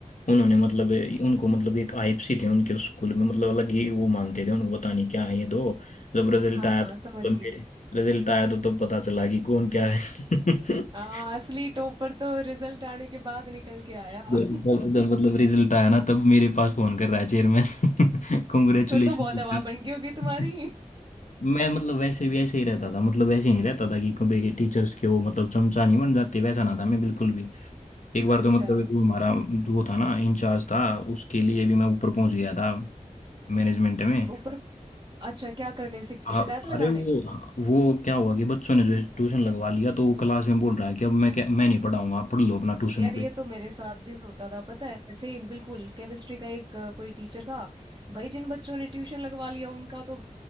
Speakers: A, on the left; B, on the right.
A: उन्होंने मतलब उनको मतलब एक आइप सी थे उनके उस स्कूल में मतलब अलग ही वो मानते थे उनको पता नहीं क्या है ये दो जब रिजल्ट
B: हाँ
A: आया
B: हाँ
A: तो
B: समझ गई
A: तो रिजल्ट आया तो तब पता चला कि कौन क्या है <laughs>
B: हाँ असली टॉपर तो रिजल्ट आने के बाद निकल के आया
A: जब
B: <laughs>
A: जब- जब मतलब रिजल्ट आया ना तब मेरे पास फोन कर रहा है चेयरमैन कॉन्ग्रेचुलेशन
B: फिर तो बहुत हवा बन गई होगी तुम्हारी
A: <laughs> मैं मतलब वैसे भी ऐसे ही रहता था मतलब ऐसे नहीं रहता था कि कभी टीचर्स के वो मतलब चमचा नहीं बन जाते वैसा ना था मैं बिल्कुल भी एक
B: <laughs>
A: बार
B: अच्छा
A: तो मतलब ये जो हमारा वो था ना इंचार्ज था उसके लिए भी मैं ऊपर पहुंच गया था मैनेजमेंट में
B: ऊपर अच्छा क्या करने शिक-
A: आ,
B: शिकायत लगाने
A: अरे वो वो क्या हुआ कि बच्चों ने जो ट्यूशन लगवा लिया तो वो क्लास में बोल रहा है कि अब मैं क्या मैं नहीं पढ़ाऊंगा आप पढ़ लो अपना ट्यूशन
B: यार
A: पे
B: ये तो मेरे साथ भी होता था पता है सेम बिल्कुल केमिस्ट्री का एक अ, कोई टीचर था भाई जिन बच्चों ने ट्यूशन लगवा लिया उनका तो